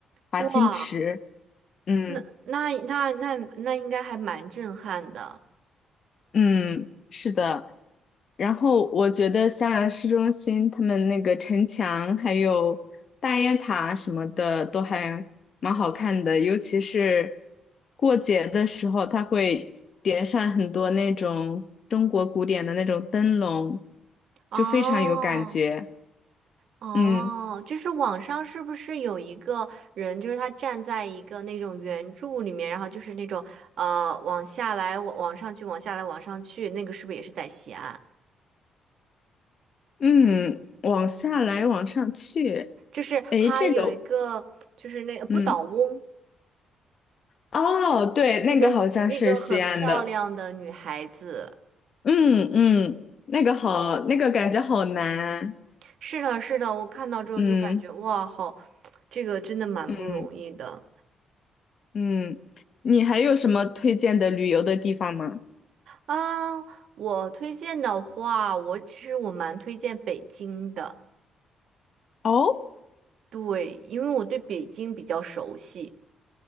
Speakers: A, on the left; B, on the right.
A: 华清池，
B: 哇，
A: 嗯
B: 那那那那那应该还蛮震撼的
A: 嗯，是的。然后我觉得香兰市中心他们那个城墙还有大雁塔什么的都还蛮好看的，尤其是过节的时候，它会点上很多那种中国古典的那种灯笼，就非常有感觉。
B: 哦。哦，
A: 嗯
B: 就是网上是不是有一个人，就是他站在一个那种圆柱里面，然后就是那种呃往下来，往往上去，往下来，往上去，那个是不是也是在西安？
A: 嗯，往下来，往上去，
B: 就是他有一个，
A: 诶，这个，
B: 就是那个不倒翁，
A: 嗯，哦，对，那个好像是西安的，
B: 那个那个很漂亮的女孩子。
A: 嗯嗯，那个好，那个感觉好难。
B: 是的，是的，我看到之后就感觉哇，
A: 嗯
B: 好，这个真的蛮不容易的
A: 嗯嗯，你还有什么推荐的旅游的地方吗？
B: 啊。我推荐的话，我其实我蛮推荐北京的。
A: 哦，
B: 对，因为我对北京比较熟悉